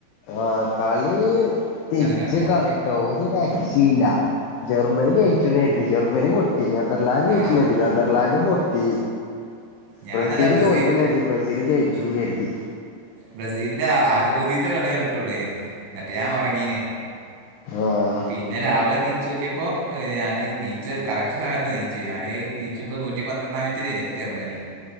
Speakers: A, on the left; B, on the right.
A: ആഹ്‌, കളി തീജ്ജ്
B: കണ്ട്
A: കളി. ട്ടോ ഒരു രക്ഷി ഇല്ല. ജർമ്മനി ജയിച്ചുന്നാര്തീ. ജെർമ്മനി പൊട്ടി. നെതർ നലാൻഡ് ജയ്ചൂന്നര്തി
B: ആ
A: നെതർലാൻഡ് പൊട്ടി.
B: ഞാൻ
A: ബ്രസീല്
B: നല്ല ബ്രസീൽ
A: തോൽക്കുന്നു കരുതി. ബ്രസീല് ജയിച്ചും കരുതി.
B: ബ്രസീലന്റെ ആദ്യ പോതിത്തെ കളി കണ്ടിട്ടുള്ളേന്, എന്നിട്ട് ഞാൻ ഒറങ്ങീന്
A: ആഹ്‌
B: പിന്നെ, രാവിലെ നീച് നോക്കിയപ്പോ ഞാൻ നീച് കറക്റ്റ് സമയത്ത് നീച്ച് ഞാന്. നീച്ചുമ്പ നൂറ്റി പന്ത്രണ്ടാം മിനിറ്റ് ലേന് ജർമ്മനി